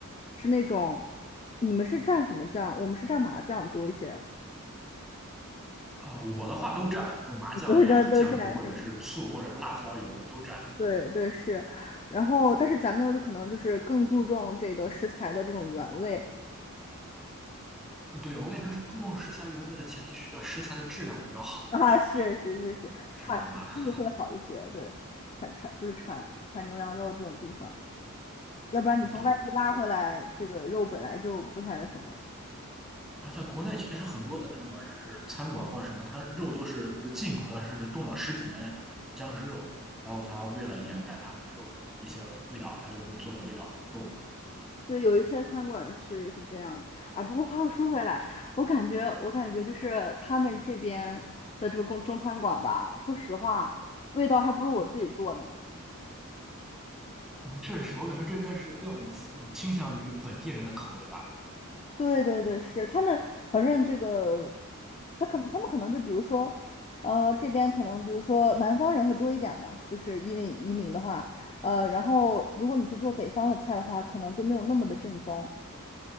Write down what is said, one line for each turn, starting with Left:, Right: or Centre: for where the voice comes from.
Left: 是那种，你们是蘸什么酱？我们是蘸麻酱多一些，
Centre: 啊、我的话都蘸，比如说麻酱呀、
Left: <laughs> 你多少都蘸是吗？
Centre: 酱油或者是醋或者是辣椒油都蘸。
Left: 对对是，然后但是咱们那边就可能就是更注重这个食材的这种原味
Centre: 呃对，我感觉注重食材原味的前提是个食材的质量比较好，
Left: <laughs> 啊，是是是是，
Centre: 是这样吧？
Left: 产产地会好一些，对，产产就是产产牛羊肉这种地方，要不然你从外地拉回来，
Centre: <laughs> 对，
Left: 这个肉本来就不太那什么了。
Centre: 而且国内其实很多的那个就是餐馆或者什么，它肉都是不是进口的，甚至冻了十几年那种僵尸肉。然后它为了掩盖它那个肉的一些味道，它就会做的味道很重。嗯
Left: 对，有一些餐馆是是这样的，哎，不过话又说回来，我感觉我感觉就是他们这边的这个中中餐馆吧，说实话，味道还不如我自己做的呢。
Centre: 确实是我感觉这边是更嗯倾向于本地人的口味吧。
Left: 对对对，是他们，反正这个，他可他们可能就比如说，呃，这边可能比如说南方人会多一点吧，就是因为移民的话，呃，然后如果你去做北方的菜的话，可能就没有那么的正宗。